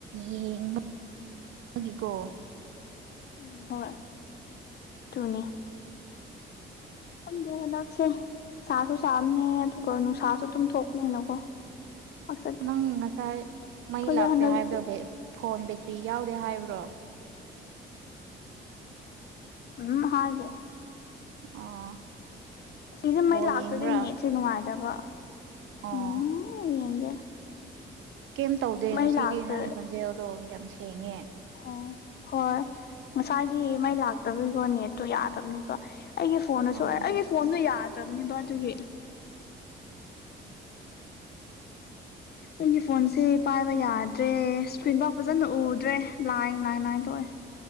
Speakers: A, on the right; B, on the left.
A: ꯌꯦꯡꯕꯒꯤꯀꯣ
B: ꯎꯝ ꯍꯣꯏ ꯗꯨꯅꯤ ꯈꯪꯗꯦ ꯍꯟꯗꯛꯁꯦ ꯁꯥꯁꯨ ꯁꯥꯕꯅꯦ ꯑꯗꯨꯒ ꯅꯨꯡꯁꯥꯁꯨ ꯑꯗꯨꯝ ꯊꯣꯛꯄꯅꯤꯅꯀꯣ ꯄꯥꯛ ꯆꯠꯇꯦ
A: ꯅꯪ ꯉꯁꯥꯏ
B: ꯑꯩꯈꯣꯏꯁꯨ
A: ꯃꯩ ꯂꯥꯛꯇꯦ
B: ꯍꯟꯗꯛꯇꯤ
A: ꯍꯥꯏꯕꯗ‌ꯣ ꯐꯣꯟ ꯕꯦꯇ꯭ꯔꯤ ꯌꯥꯎꯗꯦ ꯍꯥꯏꯕ꯭ꯔꯣ
B: ꯎꯝ ꯍꯥꯏꯗ‌ꯦ
A: ꯑꯣ
B: ꯑꯁꯤꯗ ꯃꯩ
A: ꯕꯣꯜ
B: ꯂꯥꯛꯇ꯭ꯔꯗꯤ
A: ꯌꯦꯡꯕ꯭ꯔꯥ
B: ꯅꯦꯠꯁ‌ꯦ ꯅꯨꯡꯉꯥꯏꯇꯕ
A: ꯑꯣ
B: ꯎꯝ ꯌꯦꯡꯗꯦ
A: ꯀꯩꯝ ꯇꯧꯗꯦ ꯉꯁꯤꯗꯤ
B: ꯃꯩ ꯂꯥꯛꯇ꯭ꯔꯦ
A: ꯅꯪꯒꯤ ꯈꯣꯟꯖꯦꯜ ꯗꯣ ꯌꯥꯝ ꯁꯦꯡꯉꯦ
B: ꯑꯣ ꯍꯣꯏ ꯉꯁꯥꯏꯒꯤ ꯃꯩ ꯂꯥꯛꯇꯕꯒꯤꯀꯣ ꯅꯦꯠꯇꯣ ꯌꯥꯗꯕꯅꯦꯕ ꯑꯩꯒꯤ ꯐꯣꯟꯗꯨꯁꯨ
A: ꯑꯥ
B: ꯑꯩꯒꯤ ꯐꯣꯟꯁꯨ ꯌꯥꯗ꯭ꯔꯕꯅꯦꯕ ꯑꯗꯨꯒꯤ
A: <unintelligible>
B: ꯑꯩꯒꯤ ꯐꯣꯟꯁꯦ ꯄꯥꯏꯕ ꯌꯥꯗ꯭ꯔꯦ ꯏꯁꯀ꯭ꯔꯤꯟ ꯐꯥꯎ ꯐꯖꯅ ꯎꯗ꯭ꯔꯦ ꯂꯥꯏꯅ ꯂꯥꯏꯅ ꯂꯥꯏꯅ ꯊ‌ꯣꯛꯑꯦ